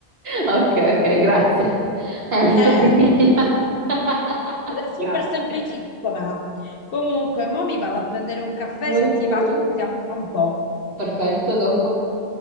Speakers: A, on the right; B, on the left.
A: ok, ok, grazie. Hai avuto
B: Eh,
A: pietà. <laughs>
B: Era super
A: Grazie.
B: semplicissima. Comunque, mo mi vado a prendere un caffè,
A: Vuoi
B: se ti
A: pure?
B: va ci sentiamo tra un po'.
A: Perfetto, dopo.